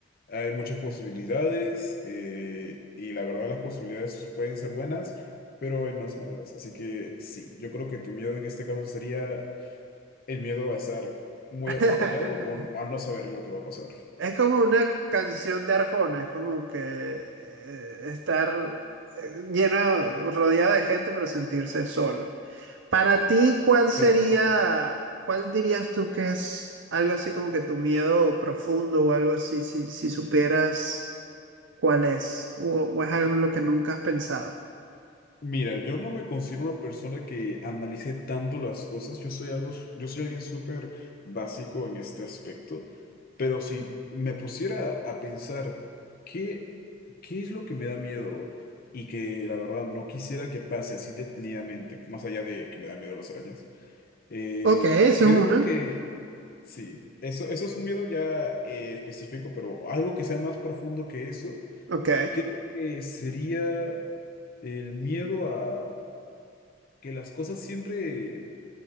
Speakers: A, on the left; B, on the right.
A: Hay muchas posibilidades eh, y la verdad las posibilidades pueden ser buenas, pero hay más malas. Así que sí, yo creo que tu miedo en este caso sería el miedo a estar muy
B: <laughs>
A: acompañado o a no saber lo que va a pasar.
B: Es como una canción de Arjona, es como que eh, estar eh, lleno, rodeado de gente, pero sentirse solo. Para ti, ¿cuál sería,
A: Claro.
B: cuál dirías tú que es algo así como que tu miedo profundo o algo así, si, si supieras cuál es, o, o es algo en lo que nunca has pensado?
A: Mira, yo no me considero una persona que analice tanto las cosas. Yo soy algo, s- yo soy alguien súper básico en este aspecto. Pero si me pusiera a pensar qué ¿Qué es lo que me da miedo y que la verdad no quisiera que pase así detenidamente, más allá de que me da miedo las arañas? Eh,
B: Ok, eso
A: creo
B: es una.
A: que sí, eso, eso es un miedo ya eh, específico, pero algo que sea más profundo que eso,
B: Ok.
A: creo que sería el miedo a que las cosas siempre